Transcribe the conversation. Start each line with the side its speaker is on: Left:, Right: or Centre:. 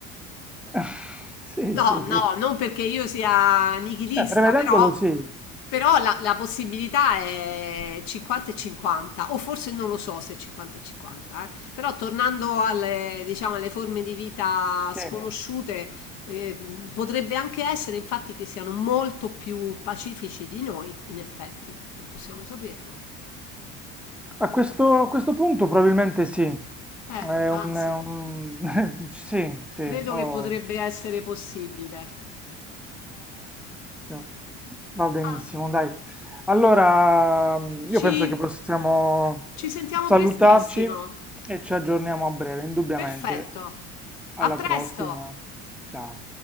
Centre: <laughs> Sì,
Left: No,
Centre: sì, sì.
Left: no, non perché io sia nichilista,
Centre: Beh, prevedendolo
Left: però,
Centre: sì.
Left: però la, la possibilità è 50 e 50, o forse non lo so se è 50 e 50, eh. Però tornando alle, diciamo, alle forme di vita
Centre: Sì.
Left: sconosciute, ehm, potrebbe anche essere infatti che siano molto più pacifici di noi, in effetti, non possiamo saperlo.
Centre: A questo, a questo punto probabilmente sì.
Left: Eh,
Centre: È
Left: anzi,
Centre: un, è un- <laughs> Sì, sì.
Left: credo
Centre: ho-
Left: che potrebbe essere possibile.
Centre: No. Va benissimo,
Left: Ah,
Centre: dai. Allora, mm, io
Left: ci,
Centre: penso che possiamo
Left: ci sentiamo
Centre: salutarci
Left: prestissimo.
Centre: e ci aggiorniamo a breve, indubbiamente.
Left: Perfetto.
Centre: Alla
Left: A presto.
Centre: prossima. Ciao.